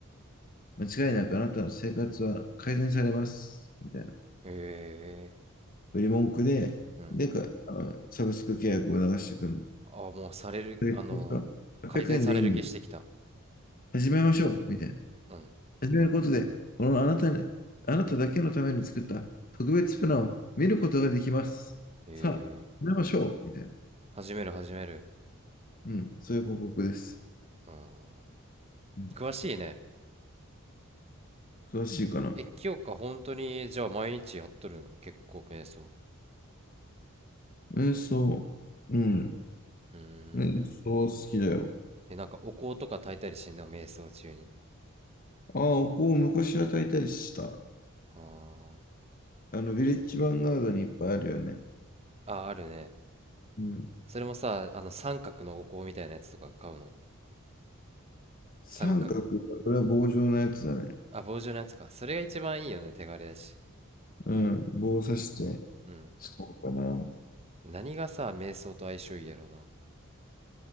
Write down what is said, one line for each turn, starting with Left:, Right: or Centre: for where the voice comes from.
Left: 間違いなくあなたの生活は改善されます。みたいな。
Right: へえ、
Left: 売り文句で、
Right: うん。
Left: でか、あのサブスク契約を流してくるの。
Right: あ、もうされる、
Left: でこうした800円でいいんだ。
Right: あの、改善される気してきた。
Left: 始めましょう。みたいな。
Right: うん。
Left: 始めることで、このあなたに、あなただけのために作った特別プランを見ることができます。
Right: へえ、
Left: さあ、始めましょう。みたいな。
Right: 始める、始める。
Left: うん、そういう広告です。
Right: うん。
Left: うん、
Right: 詳しいね。
Left: 詳しいかな。
Right: え、清香本当にじゃあ毎日やっとるの結構瞑想。
Left: 瞑想。うん。
Right: うーん。
Left: ね瞑想好きだよ。
Right: え、なんかお香とか焚いたりしてんの瞑想中に。
Left: ああ、お香を昔は焚いたりした。
Right: あ
Left: あの、ヴィレッジヴァンガードにいっぱいあるよね。
Right: ーあー、あるね。
Left: うん。
Right: それもさ、あの三角のお香みたいなやつとか買うの
Left: 三角、
Right: 三角、
Left: これは棒状のやつだね。
Right: あ、棒状のやつか。それが一番いいよね、手軽やし。
Left: うん。棒を刺して
Right: うん。
Left: 使おうかな。
Right: 何がさ、瞑想と相性いいやろな。